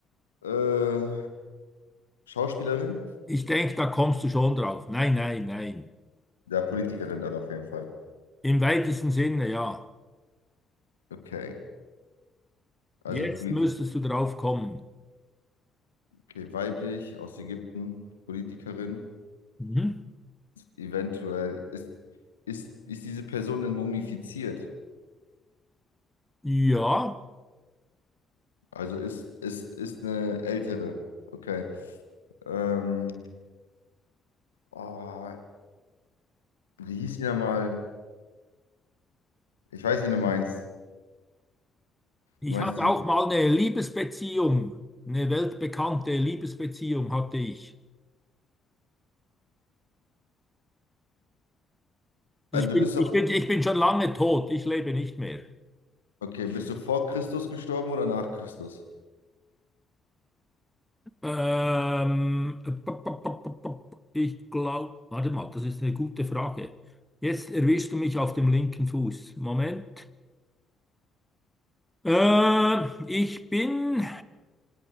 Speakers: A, on the left; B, in the centre.
A: äh, Schauspielerin,
B: Ich denke, da kommst du schon drauf. Nein, nein, nein.
A: ja, Politikerin dann auf jeden Fall.
B: Im weitesten Sinne, ja.
A: Okay,
B: Jetzt
A: also Polit
B: müsstest du drauf kommen.
A: okay, weiblich aus Ägypten, Politikerin.
B: Mhm.
A: Eventuell ist, ist, ist diese Person denn mumifiziert?
B: Ja.
A: Also ist, ist, ist eine ältere. Okay. Ähm, oh, wie hieß die nochmal? Ich weiß, wen du meinst.
B: Ich
A: Du meinst
B: hatte
A: diese.
B: auch mal eine Liebesbeziehung, eine weltbekannte Liebesbeziehung hatte ich. Also
A: Ah, du
B: ich bin,
A: bist
B: ich
A: aber.
B: bin, ich bin schon lange tot, ich lebe nicht mehr.
A: Okay, bist du vor Christus gestorben oder nach Christus?
B: Ähm, pop, pop, pop, pop, pop. ich glaube, warte mal, das ist eine gute Frage. Jetzt erwischst du mich auf dem linken Fuß. Moment. Äh, ich bin